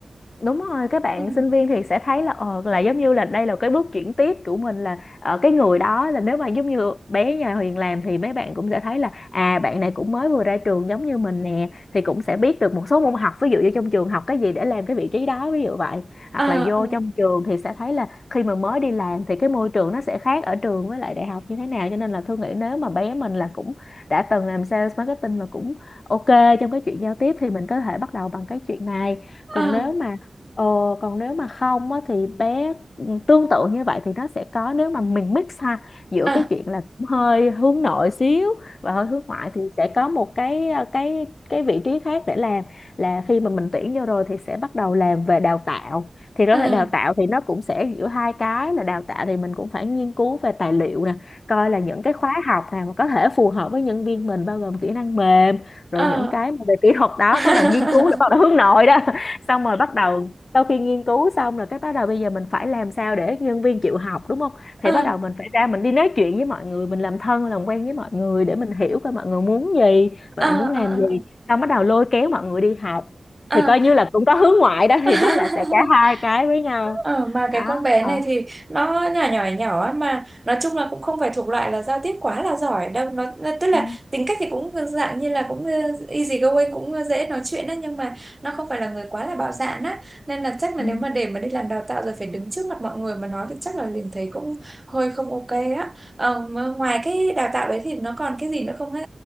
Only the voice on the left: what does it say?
đúng rồi các bạn
sinh viên thì sẽ thấy là ờ là giống như là đây là cái bước chuyển tiếp của mình là ở cái người đó là nếu mà giống như bé nhà Huyền làm thì mấy bạn cũng sẽ thấy là à bạn này cũng mới vừa ra trường giống như mình nè thì cũng sẽ biết được một số môn học ví dụ như trong trường học cái gì để làm cái vị trí đó ví dụ vậy hoặc
là vô trong trường thì sẽ thấy là khi mà mới đi làm thì cái môi trường nó sẽ khác ở trường với lại đại học như thế nào cho nên là Thương nghĩ nếu mà bé mình là cũng đã từng làm sales marketing và cũng ok trong cái chuyện giao tiếp thì mình có thể bắt đầu bằng cái chuyện này còn
nếu mà Ờ, còn nếu mà không á, thì bé ừ, tương tự như vậy thì nó sẽ có nếu mà mình mix ha giữa
cái chuyện là cũng hơi hướng nội xíu và hơi hướng ngoại thì sẽ có một cái ờ, cái cái vị trí khác để làm là khi mà mình tuyển vô rồi thì sẽ bắt đầu làm về đào tạo thì đó
là đào tạo thì nó cũng sẽ giữa hai cái là đào tạo thì mình cũng phải nghiên cứu về tài liệu nè coi là những cái khóa học nào mà có thể phù hợp với nhân viên mình bao gồm kỹ năng mềm rồi
những cái
mà về kỹ thuật đó
bắt đầu nghiên cứu là bắt đầu hướng nội đó <laughs> xong rồi bắt đầu sau khi nghiên cứu xong rồi cái bắt đầu bây giờ mình phải làm sao để nhân viên chịu học đúng không thì
bắt đầu mình phải ra mình đi nói chuyện với mọi người mình làm thân làm quen với mọi người để mình hiểu coi mọi người muốn gì mọi
người muốn làm
gì xong bắt đầu lôi kéo mọi người đi học
thì
coi như là cũng có hướng ngoại đó thì
nó là sẽ cả hai cái với nhau
đó
ờ
ừ.
Ừ.